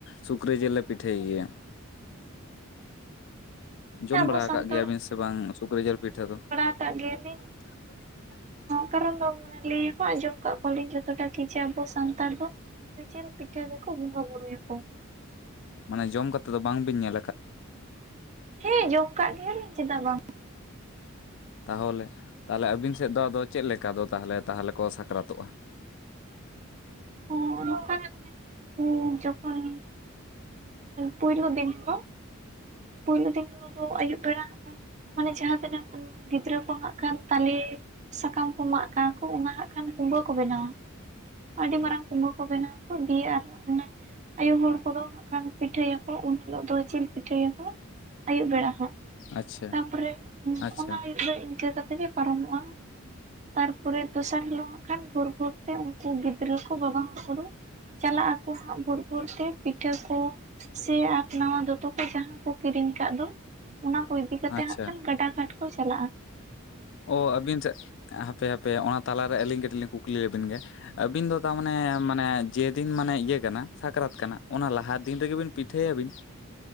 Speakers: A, on the left (about 60°); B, on the right (about 35°).
A: ᱥᱩᱠᱨᱤ ᱡᱮᱞ ᱞᱮ ᱯᱤᱴᱷᱟᱹᱭ ᱜᱮᱭᱟ᱾ ᱡᱚᱢ
B: ᱟᱵᱚ
A: ᱵᱟᱲᱟ
B: ᱥᱟᱱᱛᱟᱲ
A: ᱠᱟᱜ ᱜᱮᱭᱟᱵᱤᱱ ᱥᱮ ᱵᱟᱝ ᱥᱩᱠᱨᱤ ᱡᱮᱞ ᱯᱤᱴᱷᱟᱹ ᱫᱚ᱾
B: ᱠᱟᱜ ᱜᱮᱭᱟ ᱞᱤᱧ᱾
A: <unintelligible>
B: ᱠᱟᱨᱚᱱ ᱫᱚ ᱞᱟᱹᱭ ᱠᱚ ᱟᱸᱡᱚᱢ ᱠᱟᱜ ᱠᱚᱣᱟᱞᱤᱧ ᱡᱚᱛᱚᱴᱟ ᱠᱤ ᱡᱮ ᱟᱵᱚ ᱥᱟᱱᱛᱟᱲ ᱫᱚ᱾ ᱥᱩᱠᱨᱤ ᱡᱮᱞ ᱯᱤᱴᱷᱟ. ᱜᱮᱠᱚ ᱵᱚᱸᱜᱟ ᱵᱩᱨᱩᱭᱼᱟ ᱠᱚ᱾
A: ᱢᱟᱱᱮ ᱡᱚᱢ ᱠᱟᱛᱮᱫ ᱫᱚ ᱵᱟᱝᱵᱤᱱ ᱧᱮᱞ ᱠᱟᱫ
B: ᱦᱮᱸ ᱡᱚᱢ ᱠᱟᱜ ᱜᱮᱭᱟᱞᱤᱧ ᱪᱮᱫᱟᱜ ᱵᱟᱝ ᱾
A: ᱛᱟᱦᱚᱞᱮ ᱛᱟᱦᱚᱞᱮ ᱟᱹᱵᱤᱱ ᱥᱮᱫ ᱫᱚ ᱟᱫᱚ ᱪᱮᱫ ᱞᱮᱠᱟ ᱫᱚ ᱛᱟᱦᱚᱞᱮ ᱛᱟᱦᱚᱞᱮ ᱠᱚ ᱥᱟᱠᱨᱟᱛᱚᱜᱼᱟ?
B: ᱚᱱᱠᱟ ᱢᱟᱱᱮ ᱡᱚᱠᱷᱚᱱ ᱯᱩᱭᱞᱩ ᱫᱤᱱ ᱨᱮ ᱠᱚ ᱯᱩᱭᱞᱩ ᱫᱤᱱ ᱦᱤᱞᱚᱜ ᱫᱚ ᱟᱹᱭᱩᱵ ᱵᱮᱲᱟ ᱦᱟᱸᱜ ᱠᱷᱟᱱ ᱢᱟᱱᱮ ᱡᱟᱦᱟᱸ ᱛᱤᱱᱟᱹᱜ ᱜᱤᱫᱽᱨᱟᱹ ᱠᱚ ᱦᱟᱸᱜ ᱠᱟᱱ ᱛᱟᱞᱮ ᱥᱟᱠᱟᱢ ᱠᱚ ᱢᱟᱜ ᱠᱟᱜ ᱟᱠᱚ ᱚᱱᱟ ᱦᱟᱸᱜ ᱠᱷᱟᱱ ᱠᱩᱸᱵᱟᱹ ᱠᱚ ᱵᱮᱱᱟᱣᱟ ᱾ ᱟᱹᱰᱤ ᱢᱟᱨᱟᱝ ᱠᱩᱸᱵᱟᱹ ᱠᱚ ᱵᱮᱱᱟᱣᱟᱠᱚ ᱫᱤᱭᱮ ᱟᱨ ᱚᱱᱮ ᱟᱭᱳ ᱦᱚᱲ ᱠᱚᱫᱚ ᱦᱟᱸᱜ ᱠᱷᱟᱱ ᱯᱤᱴᱷᱟᱹᱭᱟᱠᱚ ᱩᱱ ᱦᱤᱞᱚᱜ ᱫᱚ ᱡᱤᱞ ᱯᱤᱴᱷᱟᱹᱭᱟ ᱠᱚ ᱟᱹᱭᱩᱵ ᱵᱮᱲᱟ ᱦᱟᱸᱜ
A: ᱟᱪᱪᱷᱟ
B: ᱛᱟᱯᱚᱨᱮ
A: ᱟᱪᱪᱷᱟ
B: ᱚᱱᱟ ᱟᱹᱭᱩᱵ ᱫᱚ ᱤᱱᱠᱟᱹ ᱠᱟ ᱛᱮᱜᱮ ᱯᱟᱨᱚᱢᱚᱜᱼᱟ ᱾ ᱛᱟᱨᱯᱚᱨᱮ ᱫᱚᱥᱟᱨ ᱦᱤᱞᱚᱜ ᱦᱟᱸᱜ ᱠᱷᱟᱱ ᱵᱷᱳᱨ ᱵᱷᱳᱨ ᱛᱮ ᱩᱝᱠᱩ ᱜᱤᱫᱽᱨᱟᱹ ᱠᱚ ᱵᱟᱵᱟ ᱦᱚᱲ ᱠᱚᱫᱚ ᱪᱟᱞᱟᱜ ᱟᱠᱚ ᱦᱟᱸᱜ ᱵᱷᱳᱨ ᱵᱷᱳᱨ ᱛᱮ ᱯᱤᱴᱷᱟᱹ ᱠᱚ ᱥᱮ ᱟᱠ ᱱᱟᱣᱟ ᱫᱚᱛᱚ ᱠᱚ ᱡᱟᱦᱟᱸ ᱠᱚ ᱠᱤᱨᱤᱧ ᱠᱟᱜ ᱫᱚ ᱚᱱᱟ ᱠᱚ ᱤᱫᱤ ᱠᱟᱛᱮ
A: ᱟᱪᱪᱷᱟ
B: ᱦᱟᱸᱜ ᱠᱷᱟᱱ ᱜᱟᱰᱟ ᱜᱷᱟᱴ ᱠᱚ ᱪᱟᱞᱟᱜᱼᱟ ᱾
A: ᱚ ᱟᱹᱵᱤᱱ ᱪᱮᱜ ᱦᱟᱯᱮ ᱦᱟᱯᱮ ᱚᱱᱟ ᱛᱟᱞᱟᱨᱮ ᱟᱹᱞᱤᱧ ᱠᱟᱹᱴᱤᱜ ᱞᱤᱧ ᱠᱩᱠᱞᱤ ᱞᱮᱵᱮᱱ ᱜᱮ? ᱟᱹᱵᱤᱱ ᱫᱚ ᱛᱟᱢᱟᱱᱮ ᱢᱟᱱᱮ ᱡᱮᱫᱤᱱ ᱢᱟᱱᱮ ᱤᱭᱟᱹ ᱠᱟᱱᱟ ᱥᱟᱠᱨᱟᱛ ᱠᱟᱱᱟ ᱚᱱᱟ ᱞᱟᱦᱟ ᱫᱤᱱ ᱨᱮᱜᱮ ᱵᱤᱱ ᱯᱤᱴᱷᱟᱹᱭᱟᱵᱤᱱ ᱾